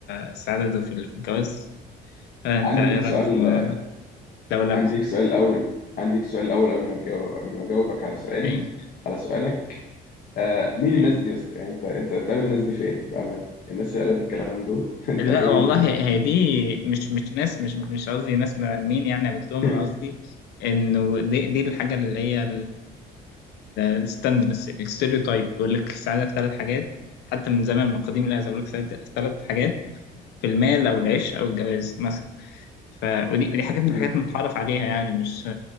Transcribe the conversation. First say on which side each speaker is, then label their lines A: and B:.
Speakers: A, on the left; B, on the left.
A: السعادة في في الجواز فأنت
B: عندي
A: إيه
B: ليك
A: رأيك
B: سؤال
A: في الموضوع ده؟ لولبي
B: عندي ليك سؤال الاول عندي ليك سؤال الاول قبل ما تجاوب قبل ما اجاوبك على سؤالي
A: أي
B: على سؤالك آه مين الناس
A: أي
B: دي يا اسطى يعني انت انت بتقابل الناس دي فين بامانه الناس اللي قالت الكلام دول <laughs> انت
A: لا
B: عاجبهم
A: والله
B: منين
A: هي دي مش مش ناس مش مش قصدي ناس مرمين يعني قابلتهم
B: <laughs>
A: أنا قصدي إنه دي دي الحاجة اللي هي الستاندرز الستيreotype بيقول لك السعادة في ثلاث حاجات حتى من زمان من قديم الأزل بيقول لك السعادة في ثلاث حاجات في المال أو العيش أو الجواز مثلا ف ودي ودي حاجات من
B: إيه؟
A: الحاجات المتعارف عليها يعني مش